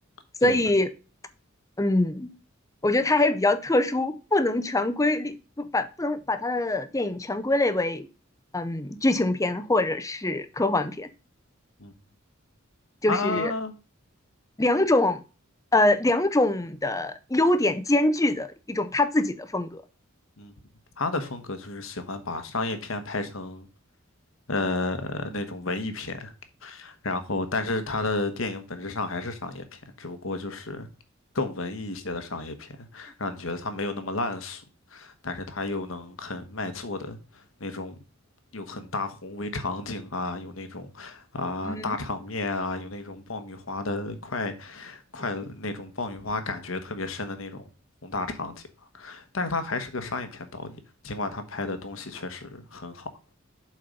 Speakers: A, on the left; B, on the left.
A: 所以
B: 对，
A: 嗯，我觉得它还是比较特殊，不能全归类，不把不能把它的电影全归类为嗯剧情片或者是科幻片，
B: 嗯，
A: 就是
B: 他，
A: 两种呃两种的优点兼具的一种他自己的风格。
B: 嗯哼，他的风格就是喜欢把商业片拍成呃那种文艺片，然后但是他的电影本质上还是商业片，只不过就是更文艺一些的商业片，让你觉得他没有那么烂俗，但是他又能很卖座的那种。有很大宏伟场景啊，有那种啊大场面啊，
A: 嗯。
B: 有那种爆米花的快快乐那种爆米花感觉特别深的那种宏大场景，但是他还是个商业片导演，尽管他拍的东西确实很好。